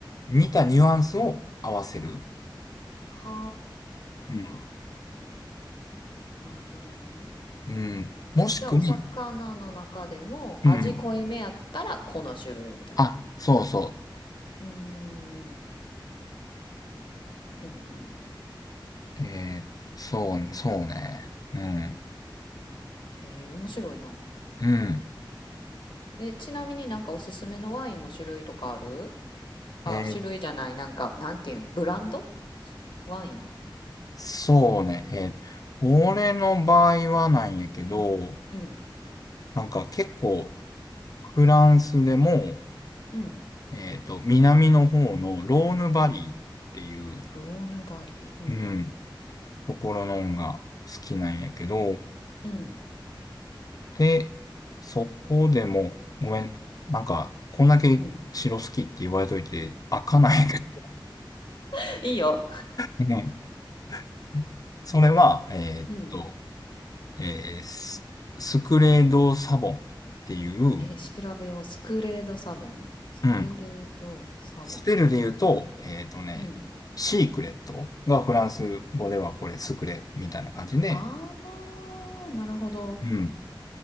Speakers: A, on the left; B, on the left.
A: 似たニュアンスを合わせる。
B: は
A: うん。
B: あ。なるほどね。
A: うん。もしくは、
B: じゃあお魚の中でも味濃いめやったらこの種類みたいな。
A: うんうん。あ、そうそ
B: うーん。うんうん。
A: う。えーそう、そうね。うん。
B: へえ、面白いな。
A: うん。
B: え、ちなみになんかおすすめのワインの種類とかあるあ、
A: えー
B: 種類じゃない、なんか、なんていうん、ブランドワイン
A: そうね。えー俺の場合はなんやけど、
B: うん。うん。
A: なんか結構フランスでも、
B: うん。
A: えっと、南の方のローヌバリーっていう、
B: うん。ローヌバリーうん。
A: うん、ところのんが好きなんやけど、
B: うん。
A: で、そこでも、ごめん、なんか、こんだけ城好きって言われといて、
B: うん。
A: 開かないんやけ
B: <laughs> いいよ。
A: どね。<laughs> それは、えーっと、
B: うん。
A: えーススクレード・サボンっていう、
B: え調べよう。スクレードサボンスクレードサボン。
A: うん。スペルで言うと、えっとね、
B: うん。
A: シークレットがフランス語ではこれスクレみたいな感じで、
B: あー、なるほど。
A: うん。